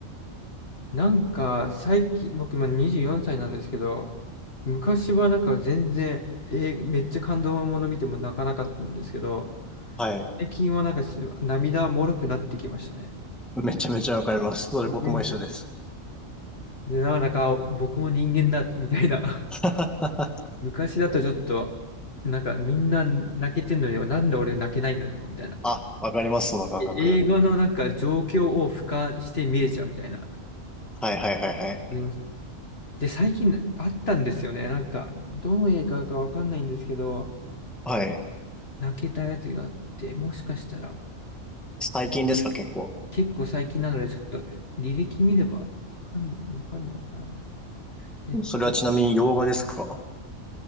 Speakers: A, on the left (about 50°); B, in the centre.
A: なんか最近、僕今24歳なんですけど、昔はなんか全然、えーめっちゃ感動もの見ても泣かなかったんですけど、
B: はい。
A: 最近はなんかす涙もろくなってきましたね。
B: めちゃめちゃわかります。それ僕も一緒です。
A: わかります。で、なんだか僕も人間だ、みたいな。<laughs>
B: <laughs>
A: 昔だとちょっと、なんかみんな泣けてんのに、なんで俺泣けないんだろう、みたいな。
B: あ、わかります、その感覚。
A: え映画のなんか状況を俯瞰して見れちゃうみたいな。
B: はいはいはいはい。
A: ありますで、最近なあったんですよね。なんか、どの映画かわかんないんですけど、
B: はい。
A: 泣けたやつがあって、もしかしたら、
B: 最近ですか、結構。
A: 結構最近なので、ちょっと履歴見ればわかんの、わかるのかな。ネットフリ
B: それはちなみに洋画ですか